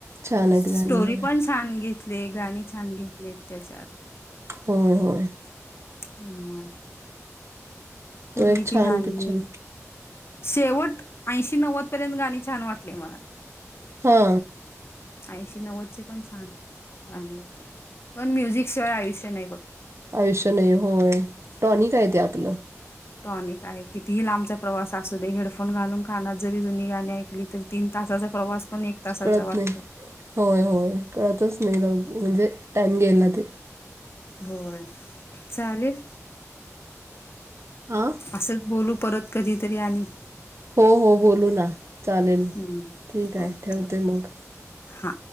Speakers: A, on the right (about 55°); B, on the left (about 50°).
A: छान आहेत
B: स्टोरी
A: गाणी होय
B: पण छान घेतले आहे गाणी छान घेतले आहे त्याच्यात.
A: होय होय.
B: हा पूर्वीची
A: तो एक छान
B: गाणी
A: पिक्चर
B: शेवट ऐंशी, नव्वद पर्यंत गाणी छान वाटले मला.
A: हा.
B: ऐंशी, नव्वद पण छान गाणी होती पण म्युझिकशिवाय आयुष्य नाही बघत.
A: आयुष्य नाही होय टॉनीक हाय ते आपलं.
B: टॉनिक आहे कितीही लांबचा प्रवास असू दे हेडफोन घालून कामात जरी जुनी गाणी ऐकली तरी तीन तासाचा प्रवास पण एक तासाचा
A: कळत
B: वाटतो
A: नाही होय, होय कळतच नाही म्हणजे टाइम गेला ते.
B: होय चालेल
A: हां.
B: असं बोलू परत कधीतरी आणि.
A: हो हो बोलू ना चालेल
B: हम्म.
A: ठीक आहे
B: ओके
A: ठेवते
B: ओके
A: मग.
B: हा